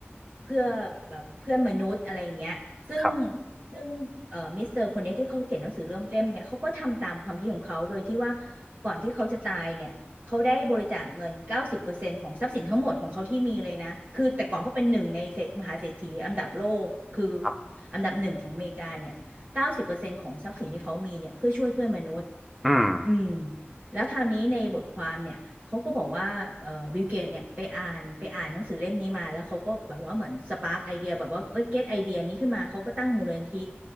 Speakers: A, on the right; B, in the centre.
A: เพื่อแบบเพื่อนมนุษย์อะไรอย่างเงี้ยซึ่ง
B: ครับ
A: ซึ่งเอ่อมิสเตอร์คนเนี้ยที่เขาเขียนหนังสือเล่มเล่มเนี่ยเขาก็ทำตามความคิดของเขาโดยที่ว่าก่อนที่เขาจะตายเนี่ย เขาได้บริจาคเงินเก้าสิบเปอร์เซ็นต์ของทรัพย์สินทั้งหมดของเขาที่มีเลยนะคือแต่ก่อนเขาเป็นหนึ่งในเศรษมหาเศรษฐีอันดับโลกคือ
B: ครับ
A: อันดับหนึ่งของอเมริกาเนี่ยเก้าสิบเปอร์เซ็นต์ของทรัพย์สินที่เขามีเนี่ยเพื่อช่วยเพื่อนมนุษย์
B: อืม
A: อืมแล้วคราวนี้ในบทความเนี่ยเขาก็บอกว่าเอ่อบิลเกตเนี่ยไปอ่านไปอ่านหนังสือเล่มนี้มาแล้วเขาก็แบบว่าเหมือนสปาร์กไอเดียแบบว่าเอ้ยเก็ตไอเดียนี้ขึ้นมาเขาก็ตั้งมูลนิธิ